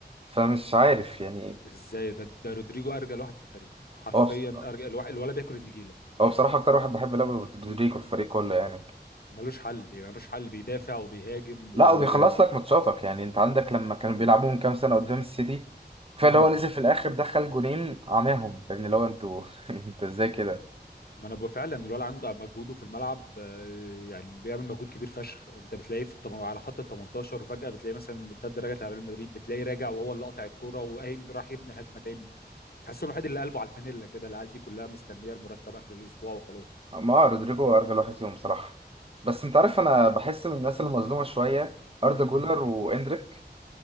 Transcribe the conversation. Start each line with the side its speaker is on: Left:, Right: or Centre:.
Right: فمش عارف يعني
Left: ازاي ده ده رودريجو ارجل واحد في الفريق حرفيا
Right: هو بص...
Left: ارجل الواحد الولا بياكل النجيله
Right: هو بصراحه اكتر واحد بحب لعب رودريجو في الفريق كله يعني
Left: ملوش حل ملوش حل بيدافع وبيهاجم
Right: لا
Left: و
Right: وبيخلص لك ماتشاتك يعني انت عندك لما كانوا بيلعبوا من كام سنه قدام السيتي كفايه
Left: امم
Right: اللي هو نزل في الاخر دخل جونين عماهم فاهمني اللي هو انتوا <laughs> انتوا ازاي كده
Left: ما انا بقى فعلا الولد عنده مجهوده في الملعب آه، يعني بيعمل مجهود كبير فشخ انت بتلاقيه في التم... على خط ال 18 وفجأة بتلاقيه مثلا مرتد رجعت على ريال مدريد بتلاقيه راجع وهو اللي قاطع الكوره وقايم راح يبني الهجمه تاني تحس انه الوحيد اللي قلبه على الفانيلا كده العيال دي كلها مستنيه المرتب اخر الاسبوع وخلاص
Right: ما رودريجو ارجل واحد فيهم صراحه بس انت عارف انا بحس ان الناس المظلومه شويه اردا جولر
Left: امم
Right: واندريك